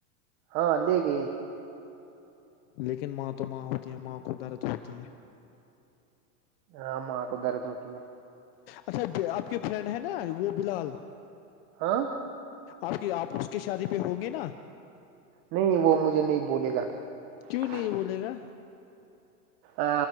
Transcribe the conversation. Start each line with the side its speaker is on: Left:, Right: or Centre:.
Right: ہاں لے گ <unintelligible>
Left: لیکن ماں تو ماں ہوتی ہیں ماں کو درد ہوتی ہیں <unintelligible>
Right: ہاں ماں کو درد ہوتی ہے <unintelligible>
Left: اچھا آپ کے فرینڈ ہے نا وہ بلال <unintelligible>
Right: ہاں <unintelligible>
Left: آپ کی آپ اس کی شادی پہ ہوں گے نا <unintelligible>
Right: نہیں وہ مجھے نہیں بولے گا <unintelligible>
Left: کیوں نہیں بولے گا
Right: ا